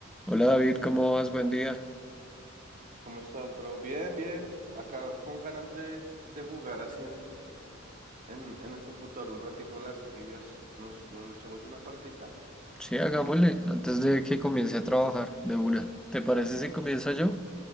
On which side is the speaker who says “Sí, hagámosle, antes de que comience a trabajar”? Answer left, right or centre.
Centre